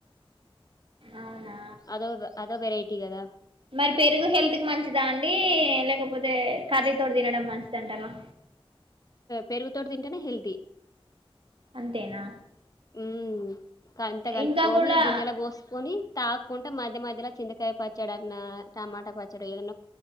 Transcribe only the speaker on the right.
అవునా
మరి పెరుగు హెల్త్క్ మంచిదా అండి లేకపో అదే కర్రీ తోటి తినడం మంచిదంటారా
అంతేనా
ఇంకా కూడా